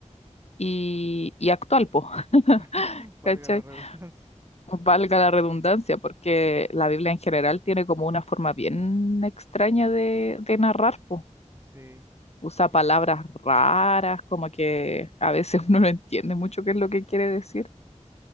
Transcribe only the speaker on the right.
<laughs> valga
la redundancia.
Sí,